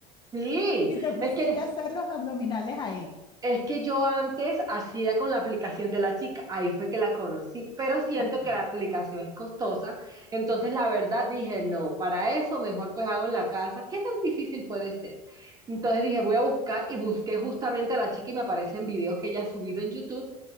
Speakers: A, on the right; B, on the left.
A: sí,
B: y te pusiste
A: es que
B: a hacer los abdominales ahí.
A: Es que yo antes hacía con la aplicación de la chica, ahí fue que la conocí, pero siento
B: Ok,
A: que la aplicación es costosa, entonces la verdad dije, no, para eso mejor pues hago en la casa, ¿qué tan difícil puede ser? Entonces dije, voy a buscar y busqué justamente a la chica y me aparecen videos que ella ha subido en YouTube